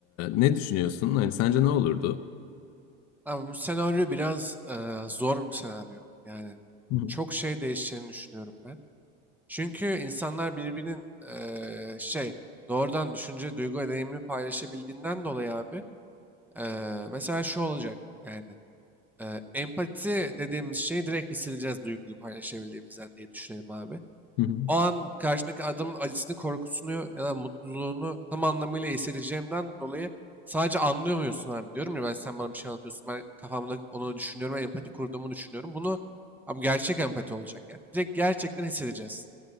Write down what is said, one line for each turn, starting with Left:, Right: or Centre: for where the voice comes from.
Left: ne düşünüyorsun? Hani sence ne olurdu?
Centre: Ama bu senaryo biraz eee, zor bir senaryo. Yani
Left: Hı hı,
Centre: çok şey değişeceğini düşünüyorum ben. Çünkü insanlar birbirinin eee, şey doğrudan düşünce, duygu ve deneyimini paylaşabildiğinden dolayı abi eee, mesela şu olacak yani eee, empati dediğimiz şeyi direkt hissedeceğiz duyguyu paylaşabildiğimizden diye düşünelim abi.
Left: hı hı,
Centre: o an karşındaki adamın acısını, korkusunu ya da mutluluğunu tam anlamıyla hissedeceğimden dolayı sadece anlıyor muyorsun abi diyorum ya ben sen bana bir şey anlatıyorsun ben kafamda onu düşünüyorum empati kurduğumu düşünüyorum. Bunu abi gerçek empati olacak yani. Direkt gerçekten hissedeceğiz.